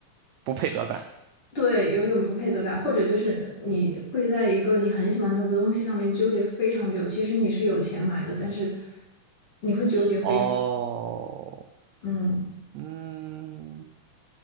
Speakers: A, on the right; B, on the left.
A: 不配得感。
B: 对有一种不配得感，或者就是你会在一个你很喜欢的东西上面纠结非常久。其实你是有钱买的，但是你会纠结非常，
A: 哦，
B: 嗯，
A: 嗯，